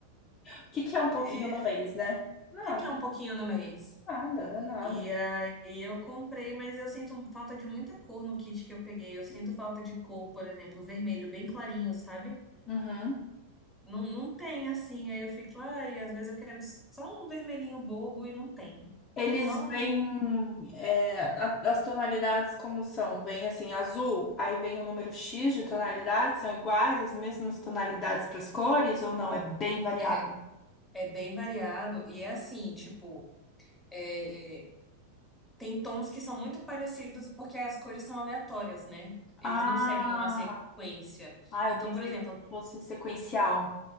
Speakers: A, on the left; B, in the centre.
A: O que que é um pouquinho
B: E
A: no
B: o
A: mês, né? Não.
B: que que é um pouquinho no mês?
A: Nada, não é nada.
B: E aí eu comprei, mas eu sinto falta de muita cor no kit que eu peguei. Eu sinto falta de cor, por exemplo, vermelho bem clarinho, sabe?
A: Uhum.
B: Não, não tem assim. Aí eu fico, ai, às vezes eu quero só um vermelhinho bobo e não tem.
A: Eles
B: Só um.
A: vêm é, a- as tonalidades como são. Vem assim, azul, aí vem o número X de tonalidades, são iguais, as mesmas tonalidades para as cores, ou não? É bem variado.
B: É, é bem variado e é assim, tipo, é, tem tons que são muito parecidos porque as cores são aleatórias, né? Eles
A: Ah,
B: não seguem uma sequência.
A: ah,
B: Então,
A: eu pensei
B: por exemplo,
A: que fosse sequencial.